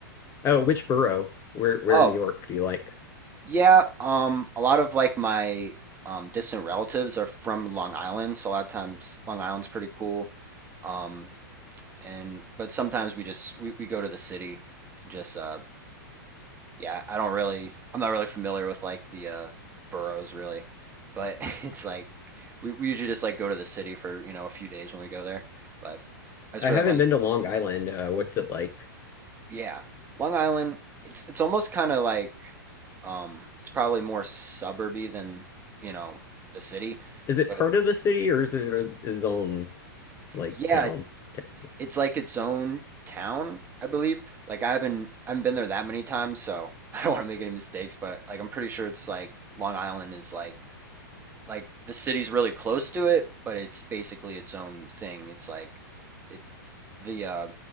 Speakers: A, on the left (about 25°); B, on the right (about 20°).
A: Oh, which borough? Where where
B: Oh,
A: in New York do you like?
B: yeah. Um, a lot of like my um distant relatives are from Long Island, so a lot of times Long Island's pretty cool. Um, and but sometimes we just we, we go to the city and just uh Yeah, I don't really, I'm not really familiar with like the uh, boroughs really, but <laughs> it's like we, we usually just like go to the city for, you know, a few days when we go there. But I just
A: I
B: really
A: haven't
B: like,
A: been to Long Island. Uh what's it like?
B: yeah, Long Island, it's it's almost kind of like um it's probably more suburby than, you know, the city,
A: Is it
B: but
A: part of the city or is it is its own like
B: yeah,
A: town
B: it's
A: technically?
B: it's like its own town, I believe. Like I haven't I haven't been there that many times, so <laughs> I don't want to make any mistakes, but like I'm pretty sure it's like Long Island is like like the city's really close to it, but it's basically its own thing. It's like it the uh,